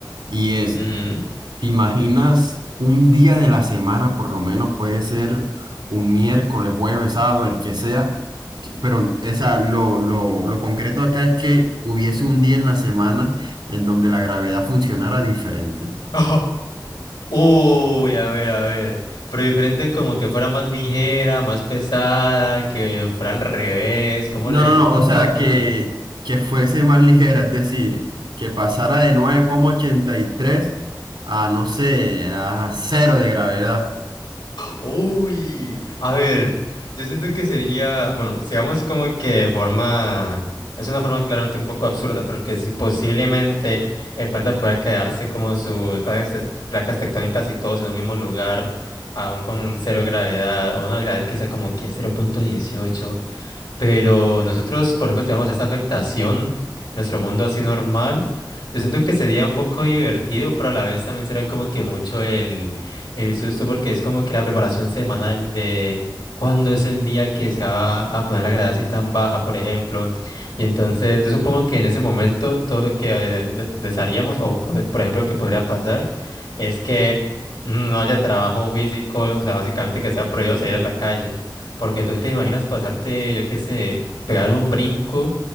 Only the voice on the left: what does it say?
ujú. <laughs>
Ojo. Uy, a ver, a ver. Pero diferente como que fuera más ligera, más pesada, que fuera al revés. ¿Cómo
les,
cómo,
cómo
sería?
Uy, a ver, yo siento que sería, bueno, sigamos como que de forma, es una forma claramente un poco absurda, pero que sí, posiblemente el planeta pueda quedarse como sus placas, tec- placas tectónicas y todos en un mismo lugar, aún con cero gravedad, o una gravedad que sea como que cero punto dieciocho. Pero nosotros, por ejemplo, tenemos esa afectación, nuestro mundo así normal. Yo siento que sería un poco divertido, pero a la vez también será como que mucho el, el susto, porque es como que la preparación semanal de cuándo es el día que se va a poner la gravedad así tan baja, por ejemplo. Y entonces, yo supongo que en ese momento todo lo que eh, de- desearíamos, o por, por ejemplo, lo que podría pasar, es que no haya trabajo físico, o sea, básicamente que sea prohibido salir a la calle. Porque tú te imaginas pasarte, yo qué sé, pegar un brinco